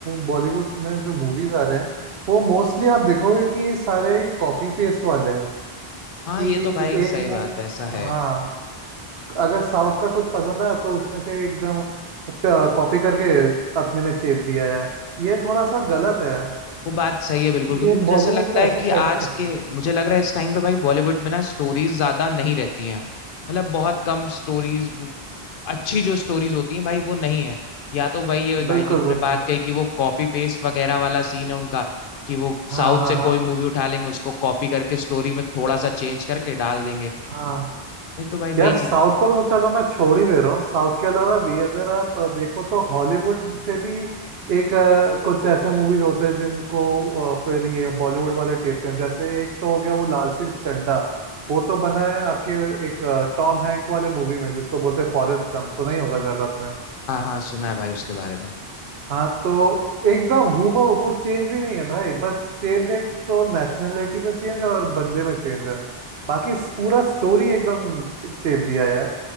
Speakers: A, on the right; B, on the left.
A: बॉलीवुड में जो मूवीज आ रहे हैं वो मोस्टली आप देखोगे कि सारे कॉपी पेस्ट वाले हैं
B: हाँ
A: कि
B: ये तो भाई सही
A: एक मो
B: बात है ऐसा है
A: हाँ अगर साउथ का कुछ पसंद आया तो उसमें से एकदम कॉपी करके अपने में चेप दिया यार ये थोड़ा सा गलत है यार
B: वो बात सही है बिल्कुल क्योंकि
A: ये
B: मुझे
A: बॉलीवुड
B: ऐसा लगता
A: को
B: है
A: ऐसा
B: कि
A: करना
B: आज
A: नहीं चाहिए
B: के मुझे लग रहा है इस टाइम पे भाई बॉलीवुड में ना स्टोरीज ज्यादा नहीं रहती हैं मतलब बहुत कम स्टोरीज अच्छी जो स्टोरीज होती हैं भाई वो नहीं है या तो वही है भाई
A: बिल्कुल
B: जो तुमने
A: बिल्कुल
B: बात कही कि वो कॉपी पेस्ट वगैरह वाला सीन है उनका कि वो
A: हाँ
B: साउथ
A: हाँ
B: से कोई
A: हाँ
B: मूवी उठा लेंगे उसको कॉपी करके स्टोरी में थोड़ा सा चेंज करके डाल देंगे
A: हाँ
B: नहीं तो भाई
A: यार
B: वही
A: साउथ
B: चीज
A: को तो चलो मैं छोड़ ही दे रहा हूँ साउथ के अलावा भी अगर आप अ, देखो तो हॉलीवुड से भी एक अ, कुछ ऐसे मूवीज होते हैं जिनको अ, फिर ये बॉलीवुड वाले टेपते हैं जैसे एक तो हो गया वो लाल सिंह चड्ढा वो तो बना है आपके एक अ, टॉम हैंक वाले मूवी में जिसको बोलते हैं फॉरेस्ट गम सुना ही होगा शायद आपने
B: हाँ हाँ सुना है भाई उसके बारे में
A: हाँ तो एकदम हूबहू कुछ चेंज भी नहीं है भाई बस चेंज है तो नेशनलिटी पे चेंज है और बंदे में चेंज है बाकी पूरा स्टोरी एकदम चेप दिया है यार